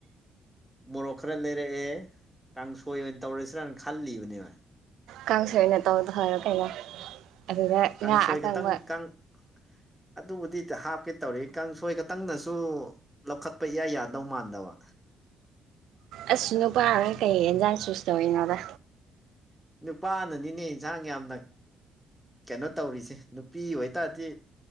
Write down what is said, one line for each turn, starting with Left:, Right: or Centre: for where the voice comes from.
Centre: ꯃꯣꯔꯣꯛ ꯈꯔ ꯂꯩꯔꯛꯑꯦ ꯀꯥꯡꯁꯣꯏ ꯑꯣꯏꯅ ꯇꯧꯔꯁꯤꯔꯅ ꯈꯜꯂꯤꯕꯅꯦꯕ
Right: ꯀꯥꯡꯁꯣꯢ ꯑꯣꯢꯅ ꯇꯧꯔꯗꯣ ꯐꯔ ꯀꯩꯅꯣ ꯑꯗꯨꯗ
Centre: ꯀꯥꯡꯁꯣꯏ
Right: ꯉꯥ ꯑꯀꯪꯕ
Centre: ꯈꯇꯪ ꯀꯥꯡ ꯑꯗꯨꯕꯨꯗꯤ ꯇ ꯍꯥꯞꯀꯦ ꯇꯧꯔꯤ ꯀꯥꯡꯁꯣꯏ ꯈꯇꯪꯅꯁꯨ ꯂꯧꯈꯠꯄ ꯏꯌꯥ ꯌꯥꯗꯧ ꯃꯥꯟꯗꯕ
Right: ꯑꯁ ꯅꯨꯄꯥ ꯑꯣꯢꯔ ꯀꯩ ꯏꯟꯖꯥꯡ ꯆꯨꯁ ꯇꯧꯔꯤꯅꯣꯗ
Centre: ꯅꯨꯄꯥꯅꯅꯤꯅꯦ ꯏꯟꯖꯥꯡ ꯌꯥꯝꯅ ꯀꯩꯅꯣ ꯇꯧꯔꯤꯁꯦ ꯅꯨꯄꯤ ꯑꯣꯏꯇꯥꯔꯗꯤ